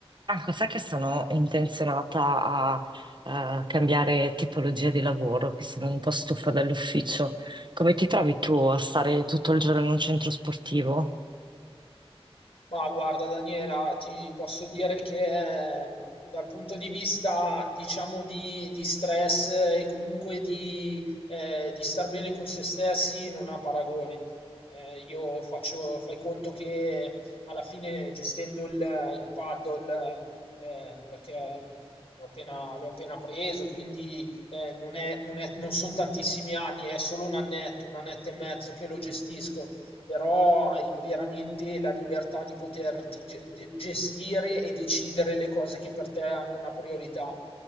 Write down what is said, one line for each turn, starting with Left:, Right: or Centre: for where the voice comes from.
Right: Marco, sai che sono intenzionata a, eh, cambiare tipologia di lavoro, che sono un po' stufa dall'ufficio. Come ti trovi tu a stare tutto il giorno in un centro sportivo?
Left: Ma guarda Daniela, ti posso dire che ehm, dal punto di vista, diciamo, di, di stress eh, e comunque di, eh, di star bene con se stessi non ha paragone. Eh, io faccio, fai conto che alla fine gestendo il, il paddle, eh, perché ehm, l'ho appena, l'ho appena preso, quindi eh, non è, non è- non sono tantissimi anni, è solo un annetto, un annetto e mezzo che lo gestisco però hai veramente la libertà di poterti ge- de- gestire e decidere le cose che per te hanno una priorità.